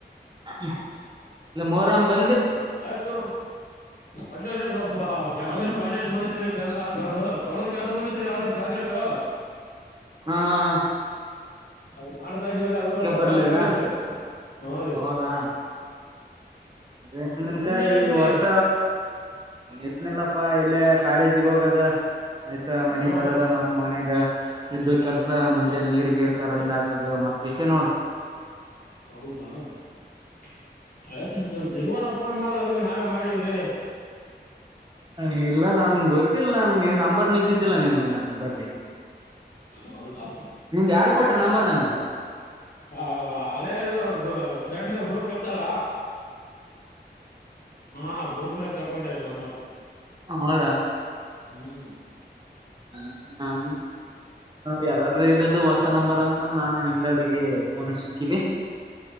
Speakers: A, on the right; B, on the left.
A: ಇಲ್ಲ ಮೋರಂ ಬ
B: ಆಯ್ತು. ಅಂದ್ರೇರಿ ಸ್ವಲ್ಪ ಯಾವದೇ
A: ಹ್ಮ್
B: ಪ್ರಾಜೆಕ್ಟ್ ಬಂದಿತ್ರಿ. ಕೆಲ್ಸ ದೊಡ್ದು, ದೊಡ್ದು ಕೆಲ್ಸ ಬಂದಿತ್ರಿ ಯಾವ್ದೇ ಪ್ರಾಜೆಕ್ಟು
A: ಹಾ ಹಾ ಹಾ
B: ಅದು ಮಾಡ್ತಾ ಇದೀವ್ರೀ ಅದುಕೋಸ
A: ಬರ್ಲಿಲ್ಲ
B: ಬರಕ್ ಆಗಿಲ್ರಿ. ಹೂಂ ರೀ.
A: ಹೌದಾ ಅದೇ
B: ಹ್ಮ್
A: ನನ್ಕಾ
B: ನಿಮ್ದೇನೈತ್ರಿ
A: ಈ ವರ್ಷ ಏನಿಲ್ಲಪ್ಪಾ ಇಲ್ಲೇ ಕಾಲೇಜ್ಗ್ ಹೋಗದ ಆಯ್ತಾ ಮನಿ
B: ಹಾ
A: ಬರದ
B: ಹಾ
A: ಮತ್ ಮನೇಗ ಇದ್ದ ಕೆಲ್ಸ ಮುಂಜೆಲ್ ನೀರ್ಗೀರ್ ತಂದ್ ಹಾಕದು ಮತ್ ಇಷ್ಟೇ ನೋಡಿ.
B: ಹೌದಾ <unintelligible> ನೀವನ ಫೋನ್ ಮಾಡಲ್ಲ ಅದಕ್ಕೆ ನಾವೇ ಮಾಡಿವ್ರಿ.
A: ಹ ಇಲ್ಲ ನಂಗ್ ಗೊತ್ತಿಲ್ ನಂಗೆ ನಂಬರ್ ದಿದ್ದಿಲ್ಲ ನಿಮ್ದು ನನ್ ಬಳಿ
B: ಹೌದಾ
A: ನಿಮ್ದ್ ಯಾರ್ ಕೊಟ್ರ ನಂಬರ್ ನಂದು?
B: ಹ ಹಳೆದು ಬ ಫ್ರೆಂಡ್ ಗ್ರೂಪ್ ಇತ್ ತಲ ಆ ಗ್ರೂಪ್ನಾಗ್ ತಕೊಂಡೇರಿ ನಂಬರ್.
A: ಹಾಂ ಹಳೆದ?
B: ಹ್ಮ್
A: ಆ ಹಾಂ ಯಾರಾದ್ರೂ ಇದ್ದಿದ್ದು ಹೊಸ್ ಹೊಸ ನಂಬರ್ ಅಂದ್ಕೊಂಡ್ ನಾನು ಹಿಂದಡಿಗೆ ಫೋನ ಸಿಕ್ಕಿದೆ.